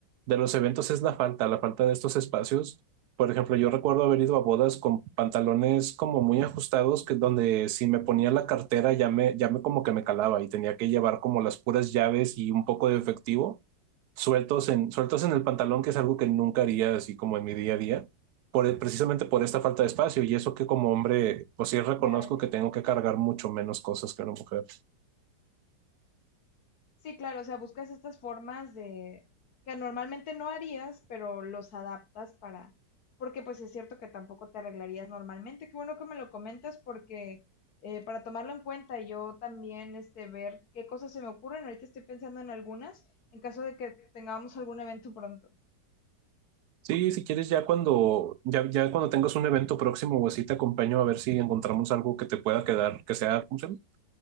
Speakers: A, on the right; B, on the left.
A: de los eventos es la falta, la falta de estos espacios. Por ejemplo, yo recuerdo haber ido a bodas con pantalones como muy ajustados, que donde si me ponía la cartera ya me, ya me como que me calaba y tenía que llevar como las puras llaves y un poco de efectivo sueltos en, sueltos en el pantalón, que es algo que nunca haría así como en mi día a día, por, el- precisamente por esta falta de espacio. Y eso que como hombre, pues sí reconozco
B: Ya.
A: que tengo que cargar mucho menos cosas que una mujer.
B: Sí, claro, o sea, buscas estas formas de que normalmente no harías, pero los adaptas para, porque pues es cierto que tampoco te arreglarías normalmente. Qué bueno que me lo comentas porque eh, para tomarlo en cuenta y yo también este ver qué cosas se me ocurren. Ahorita estoy pensando en algunas en caso de que tengamos algún evento pronto.
A: Sí, si quieres, ya cuando, ya, ya cuando tengas un evento próximo o así, te acompaño a ver si encontramos algo que te pueda quedar, que sea, ¿cómo se llama?